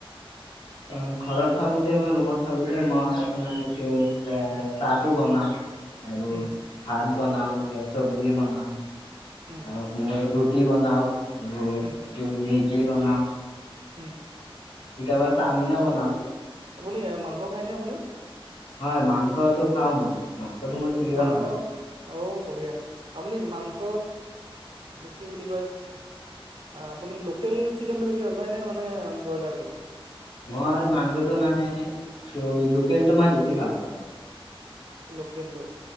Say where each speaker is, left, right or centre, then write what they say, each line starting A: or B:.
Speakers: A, on the left (about 55°); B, on the right (about 60°).
A: অ ঘৰত থাকোতে বা ৰুমত থাকোতে মই আপোনাৰ এইটো এ চাহটো বনাও আৰু
B: উম
A: ভাত বনাও এতি চব্জি বনাও
B: উম
A: আৰু আপোনাৰ ৰুি ৰুটি বনাওঁ আৰু
B: উম
A: এইটো মেগী বনাওঁ
B: উম
A: কেতিয়াবা চাওমিনো বনাওঁ
B: আপুনি মাংস খায়নে আপুনি
A: হয় মাংসটো খাও মই মাংসটো মোৰ প্ৰিয়
B: মাংস
A: হয়
B: অঔ বঢ়িয়া আপুনি মাংস কি বুলি কয় আপুনি লোকেল চিকেনটো বেছি ভাল পায় নে মানে ব্ৰইলাৰটো।
A: মই মাংসটো মানে এইটো লোকেলটো মই বেছি ভাল পাওঁ।
B: লোকেলটো